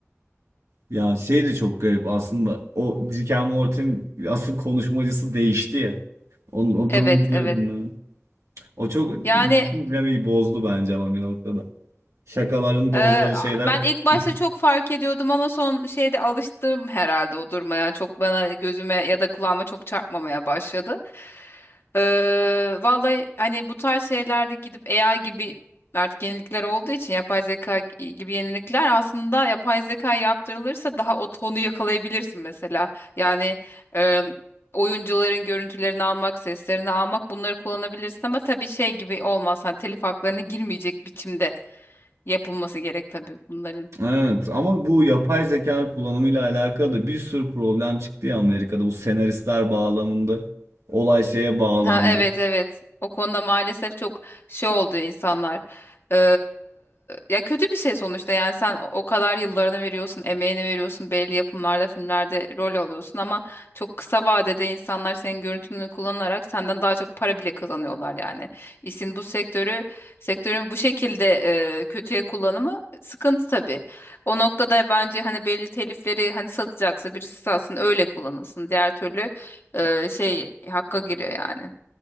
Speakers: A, on the right; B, on the left.
A: Ya şey de çok garip aslında. O Rick and Morty'nin asıl konuşmacısı değişti ya. Onun, o
B: Evet
A: durumu biliyordun
B: evet.
A: değil O çok
B: Yani
A: bütün dinamiği bozdu bence ama bir noktada. Şakaların dozları
B: Ee,
A: şeyler.
B: ben ilk başta
A: <laughs>
B: çok fark ediyordum ama son şeyde alıştım herhalde o durmaya. Çok bana gözüme ya da kulağıma çok çarpmamaya başladı. Ee, vallahi hani bu tarz şeylerde gidip AI gibi artık yenilikler olduğu için yapay zeka gibi yenilikler aslında yapay zeka yaptırılırsa daha o tonu yakalayabilirsin mesela. Yani e, oyuncuların görüntülerini almak, seslerini almak bunları kullanabilirsin ama tabii şey gibi olmaz. Hani telif haklarına girmeyecek biçimde yapılması gerek tabii bunların.
A: Evet ama bu yapay zekanın kullanımıyla alakalı da bir sürü problem çıktı ya Amerika'da. Bu senaristler bağlamında olay şeye bağlandı.
B: Ha evet evet. O konuda maalesef çok şey oldu insanlar. Ee, ya kötü bir şey sonuçta yani sen o o kadar yıllarını veriyorsun, emeğini veriyorsun, belli yapımlarda, filmlerde rol alıyorsun ama çok kısa vadede insanlar senin görüntünü kullanarak senden daha çok para bile kazanıyorlar yani. İşin bu sektörü, sektörün bu şekilde e, kötüye kullanımı sıkıntı tabii. O noktada bence hani belli telifleri hani satacaksa birisi satsın öyle kullanılsın. Diğer türlü e, şey hakka giriyor yani.